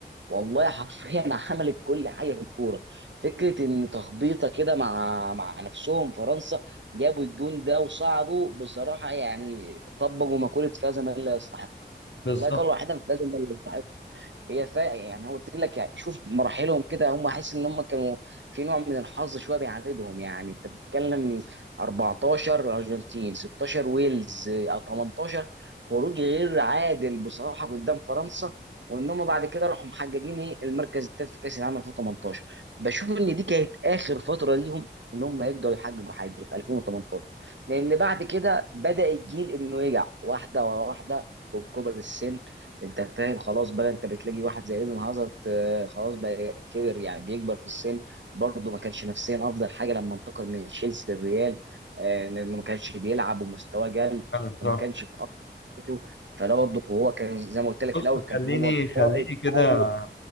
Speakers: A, on the right; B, on the left.
A: والله حرفيا <laughs> عملت كل حاجه في الكوره فكره ان تخبيطه كده مع مع نفسهم فرنسا جابوا الجون ده وصعدوا بصراحه يعني طبقوا مقوله فاز من لا يستحق
B: بالظبط
A: والله قالوا واحدة مش لازم اللي يستحق. هي فا يعني أنا قلت لك يعني شوف مراحلهم كده هم حاسس ان هم كانوا في نوع من الحظ شويه بيعاندهم يعني انت بتتكلم 14 الارجنتين 16 ويلز آه، 18 خروج غير عادل بصراحه قدام فرنسا وان هم بعد كده راحوا محققين ايه المركز الثالث في كاس العالم 2018 بشوف ان دي كانت اخر فتره ليهم ان هم يقدروا يحققوا حاجه في 2018 لان بعد كده بدا الجيل انه يرجع واحده ورا واحده كبر السن انت فاهم خلاص بقى انت بتلاقي واحد زي ايدن هازارد آه، خلاص بقى كبر يعني بيكبر في السن برضه ما كانش نفسيا افضل حاجه لما انتقل من تشيلسي للريال آه، لانه ما كانش بيلعب ومستواه قل
B: بالظبط
A: وما كانش في أفضل حالاته. فده برضه هو كان زي ما قلت لك
B: بص
A: في الاول كان
B: خليني
A: هو القائد
B: خليني كده
A: الاول